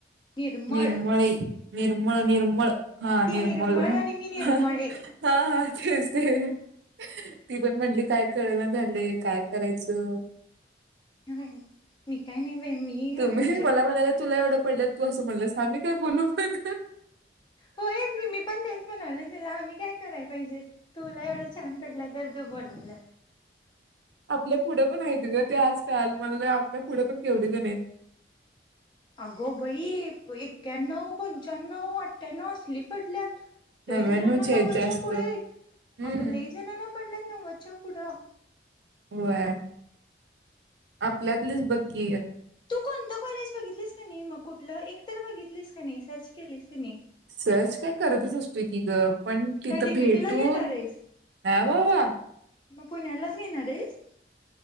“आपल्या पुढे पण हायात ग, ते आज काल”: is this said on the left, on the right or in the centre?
Right